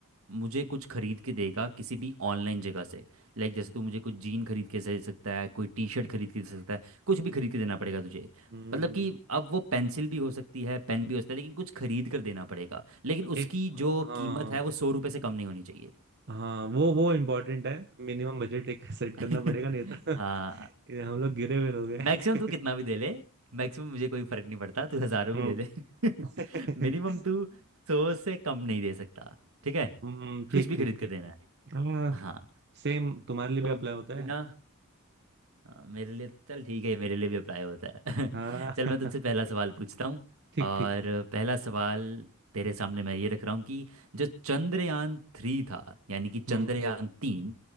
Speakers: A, on the right; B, on the right.
A: मुझे कुछ खरीद के देगा किसी भी ऑनलाइन जगह से लाइक जैसे तू मुझे कुछ जीन खरीद के दे सकता है कोई टी शर्ट खरीद के दे सकता है कुछ भी खरीद के देना पड़ेगा तुझे
B: हम्म
A: मतलब कि अब वो पेंसिल भी हो सकती है पेन भी हो सकता है लेकिन कुछ खरीद कर देना पड़ेगा लेकिन उसकी
B: एक
A: जो
B: हाँ
A: कीमत है वो सौ रुपये से कम नहीं होनी चाहिए
B: हाँ वो वो इम्पोर्टेंट है मिनिमम बजट एक सेट
A: <laughs>
B: करना पड़ेगा नहीं तो
A: हाँ
B: <laughs> ये हम लोग गिरे हुए लोग हैं
A: मैक्सिमम तू कितना भी दे ले मैक्सिमम मुझे कोई फर्क नहीं पड़ता तू हज़ारों
B: हम्म
A: भी दे दे
B: <laughs>
A: <laughs> मिनिमम तू सौ से कम नहीं दे सकता ठीक है
B: हम्म, ठीक
A: कुछ भी
B: ठीक
A: खरीद के
B: ठीक
A: देना है
B: हाँ
A: हाँ
B: सेम तुम्हारे लिए
A: तो
B: भी अप्लाई होता
A: बिना
B: है
A: हाँ, मेरे लिए चल ठीक है मेरे लिए भी अप्लाई होता है
B: हाँ
A: <laughs>
B: <laughs>
A: चल मैं तुझसे पहला सवाल पूछता हूँ
B: ठीक
A: और
B: ठीक
A: पहला सवाल तेरे सामने मैं ये रख रहा हूँ कि जो चंद्रयान थ्री था यानी कि चंद्रयान
B: हम्म
A: तीन